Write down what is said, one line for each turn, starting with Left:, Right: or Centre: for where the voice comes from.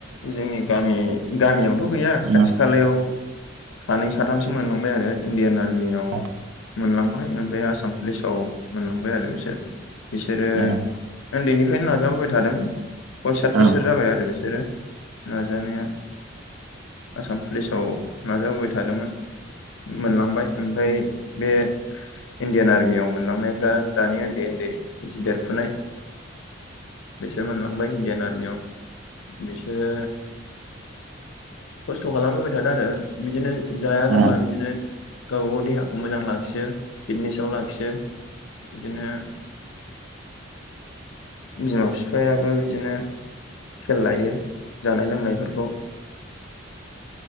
Left: जोंनि गामि गामियावथ' गैया खाथि
Right: उम
Left: खालायाव सानै साथामसो से मोनलांबाय आरो इण्डियान आरमियाव
Right: उम
Left: मोनलांबाय ओमफ्राय आसाम पुलिसाव मोनलांबाय आरो बिसोर बिसोरो
Right: उम
Left: उन्दैनिफ्रायनो नाजाबोबाय थादों सय सत
Right: उम
Left: बोसोर जाबाय आरो बिसोरो नाजानाया आसाम पुलिसाव नाजाबोबाय थादोंमोन। मोनलांबाय ओमफ्राय बे इण्डियान आर्मियाव मोनलांनायफ्रा दानि उन्दै देरफुनाय बिसोर मोनलांबाय इणडियान आर <inaudible> बिसोरो खस्थ' खालामबोबाय थादों आरो बिदिनो जाया लोङा
Right: उम
Left: बिदिनो गावबा गाव देहाखौ मोजां लाखियो फिटनेसाव लाखियो। बिदिनो बिमा बिफायाबो बिदिनो खेल लायो जानाय लोंनायफोरखौ